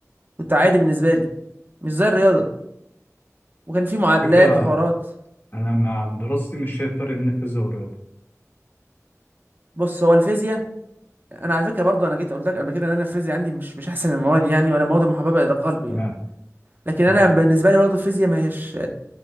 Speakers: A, on the right; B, on the left.
A: كنت عادي بالنسبه لي مش زي الرياضه وكان في معادلات
B: فكرة
A: وحوارات
B: انا مع دراستي مش شايف فرق بين الفيزياء والرياضه
A: بص هو الفيزياء انا على فكره برضو انا جيت قلت لك قبل كده ان انا الفيزياء عندي مش مش احسن المواد يعني ولا مواد محببه الى قلبي
B: تمام
A: يعني لكن انا
B: اه
A: بالنسبه لي برضو الفيزياء ما هيش